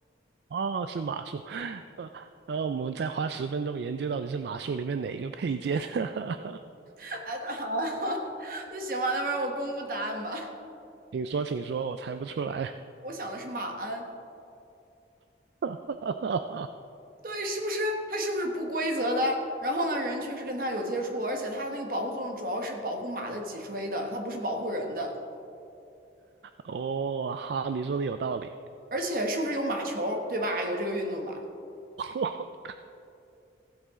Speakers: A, on the right; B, on the right.
A: 哦，是马术，呃，然后我们再花十分钟研究到底是马术里面哪一个配件，<laughs>
B: <laughs> 哎，好 <laughs> 那行吧，那不然我公布答案吧。
A: 请说，请说，我猜不出来。
B: 我想的是马鞍，
A: <laughs>
B: 对，是不是？它是不是不规则的？然后呢，人确实跟它有接触，而且它的那个保护作用主要是保护马的脊椎的，它不是保护人的。
A: 哦，好，你说的有道理。
B: 而且是不是有马球，对吧？有这个运动吧？
A: <laughs>